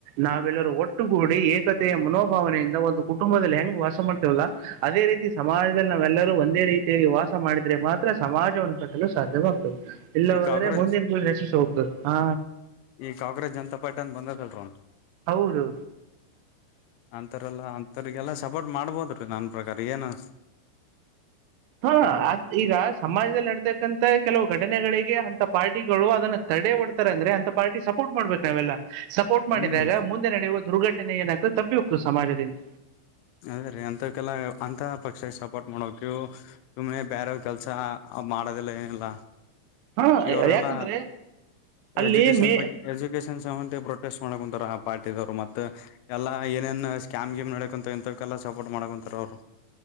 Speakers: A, on the right; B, on the left.
A: ನಾವೆಲ್ಲರೂ ಒಟ್ಟುಗೂಡಿ ಏಕತೆಯ ಮನೋಭಾವನೆಯಿಂದ ಒಂದು ಕುಟುಂಬದಲ್ಲಿ ಹೆಂಗ್ ವಾಸ ಮಾಡ್ತೇವಲ್ಲ ಅದೇ ರೀತಿ ಸಮಾಜದಲ್ಲಿ ನಾವೆಲ್ಲರೂ ಒಂದೇ ರೀತಿಯ ವಾಸ ಮಾಡಿದ್ರೆ ಮಾತ್ರ ಸಮಾಜ <unintelligible> ಕಟ್ಟಲು ಸಾಧ್ಯವಾಗ್ತದ ಇಲ್ಲವಾದ್ರೆ
B: ಈ ಕಾಕ್ರೋಚ್
A: ಮುಂದಿನ ಪಿಳಿಗ ನಸಿಸೀ ಹೋಗ್ತದ ಹಾ
B: ಈ ಕಾಕ್ರೋಚ್ ಜನತಾ ಪಾರ್ಟಿಅಂತ ಬಂದಲ್ ಒಂದ
A: ಹೌದು
B: ಅಂತಾರಲ್ಲಾ ಅಂತವರಿಗೆಲ್ಲ ಸಪೋರ್ಟ್ ಮಾಡ್ಬೋದ್ರೀ ನನ್ನ ಪ್ರಕಾರ ಏನು
A: ಹಾ ಅದ್ ಈಗ ಸಮಾಜದಲ್ಲಿ ನಡ್ತಕ್ಕಂತ ಕೆಲವು ಘಟನೆಗಳಿಗೆ ಅಂತ ಪಾರ್ಟಿಗಳು ಅದನ್ನ ತಡೆ ಒಡ್ತಾರೆ ಅಂದ್ರೆ ಅಂತ ಪಾರ್ಟಿ ಸಪೋರ್ಟ್ ಮಾಡ್ಬೇಕು ನಾವೆಲ್ಲ. ಸಪೋರ್ಟ್ ಮಾಡಿದಾಗ
B: ಹ್ಮ್
A: ಮುಂದೆ ನಡೆಯುವದು ದುರ್ಘಟನೆ ಏನಾಗ್ತದೆ ತಪ್ಪಿ ಹೋಗ್ತು ಸಮಾಜದಿಂದ
B: ಅದೇ ರೀ ಅಂತಕ್ಕೆಲ್ಲ ಅಂತ ಪಕ್ಷ ಸಪೋರ್ಟ್ ಮಾಡಬೇಕರೀ ಇವು ಸುಮ್ನೆ ಬ್ಯಾರೆದ ಕೆಲಸಾ ಮಾಡೋದಿಲ್ಲ ಏನಿಲ್ಲಾ
A: ಹಾ
B: ಈಗ ಅವರೆಲ್ಲ
A: ಯಾಕಂದ್ರೆ ಅಲ್ಲಿ
B: ಎಜುಕೇಶನ್
A: ಮೇ
B: ಬಗ್ಗೆ ಎಜುಕೇಶನ್ ಸೆವೆಂಟಿ ಪ್ರೊಟೆಸ್ಟ್ ಮಾಡಂತ ಪಾರ್ಟಿದವ್ರು ಮತ್ತ ಎಲ್ಲಾ ಏನೇನ್ ಸ್ಕ್ಯಾಮ್ ಗಿಮ್ ನಡಕೊಂತ ಇಂಥವಕೇಲ್ಲಾ ಸಪೋರ್ಟ್ ಮಾಡ್ಕೊಂತಾರ ಅವ್ರು.